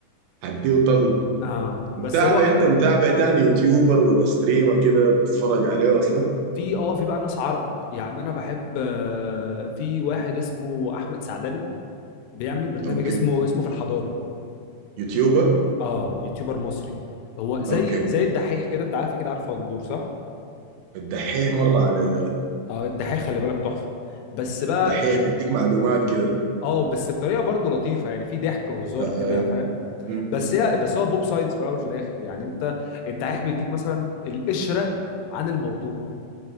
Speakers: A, on the right (about 90°); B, on the left (about 80°).
A: هديه طله
B: اه
A: متابع
B: بس هو
A: انت متابع تاني يوتيوبر ولا ستريمر كده بتتفرج عليه اصلا
B: في اه في بقى ناس عرب يعني انا بحب آه، في واحد اسمه احمد سعدني بيعمل برنامج
A: اوكي
B: اسمه اسمه في الحضاره
A: يوتيوبر
B: اه يوتيوبر مصري هو زي
A: اوكي
B: زي الدحيح كده انت عارف اكيد عارف غندور صح
A: الدحيح مره علي اي
B: اه الدحيح خلي بالك تحفه بس بقى
A: الدحيح
B: إش-
A: بيديك معلومات كده
B: اه بس بطريقه برضه لطيفه يعني في ضحك وهزار
A: اي
B: كده فاهم
A: مم.
B: بس هي بس هو بوب ساينس في الاول وفي الاخر يعني انت الدحيح بيديك مثلا القشره عن الموضوع